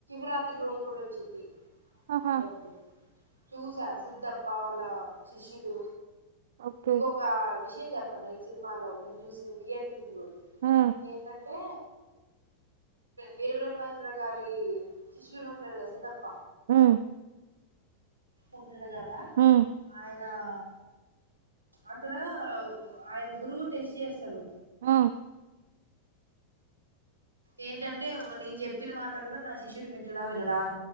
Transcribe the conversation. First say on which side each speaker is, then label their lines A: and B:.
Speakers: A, on the right (about 80°); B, on the right (about 60°).
A: శివ రాత్రి రోజు కూడా వచ్చేది
B: ఆహా
A: అప్పుడప్పుడు చూసా సిద్ధప్ప వాళ్ళ శిష్యుడు
B: ఓకే
A: నీకు ఒక విషయం చెప్పన్న ఈ సినిమాలో నేను చూసిన రీ ఎడిటింగ్
B: ఉమ్
A: ఏంటంటే వీరబ్రహ్మ బ్రహ్మం గారి శిష్యులు ఉంటాడు కదా సిద్దప్ప
B: మ్
A: ఉంటడు కదా
B: ఉమ్
A: ఆయన ఆ... అక్కడ ఆయన గురువు టెస్ట్ చేస్తాడు
B: మ్
A: ఏంటంటే నేను చెప్పిన మాటల్లా నా శిష్యుడు వింటడా వినడా అని